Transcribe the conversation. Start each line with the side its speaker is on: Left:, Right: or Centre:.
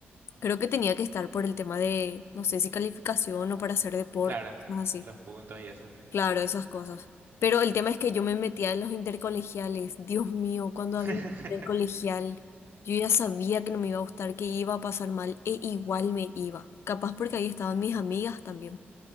Left: Creo que tenía que estar por el tema de, no sé si calificación o para hacer deporte,
Right: Claro,
Left: cosas así.
Right: los puntos y eso.
Left: Claro, esas cosas. Pero el tema es que yo me metía en los intercolegiales. Dios mío, cuando
Right: <laughs>
Left: había intercolegial, yo ya sabía que no me iba a gustar, que iba a pasar mal, e igual me iba. Capaz porque ahí estaban mis amigas también.